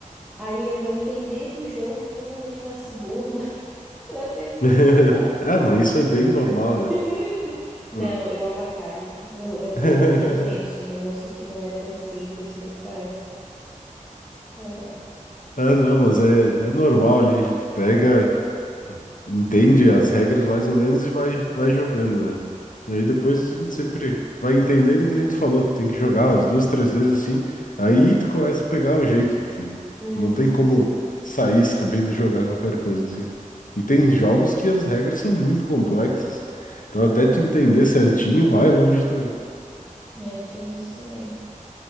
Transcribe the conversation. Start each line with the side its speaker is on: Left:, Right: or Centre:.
Centre: Aí eu vou entender do jogo, provavelmente na segunda, <laughs> na, na terceira
Left: <laughs>
Centre: rodada.
Left: Ah, mas isso é bem normal,
Centre: <laughs>
Left: né? Pô.
Centre: Não, eu avacalho. Eu- é bem,
Left: <laughs>
Centre: bem tenso. O negócio aqui não é tão simples quanto parece. É.
Left: Ah, não, mas é, é normal ali, a gente pega. entende as regras mais ou menos e vai, vai jogando, né? E aí depois a gente sempre vai entendendo que nem tu falou, tu tem que jogar umas duas, três vezes assim, aí tu começa a pegar o jeito, porque
Centre: Uhum,
Left: não tem como sair <laughs> sabendo jogar qualquer coisa assim. E tem jogos que as regras são muito complexas, então
Centre: uhum.
Left: até tu entender certinho vai longe também.
Centre: É, tem isso também.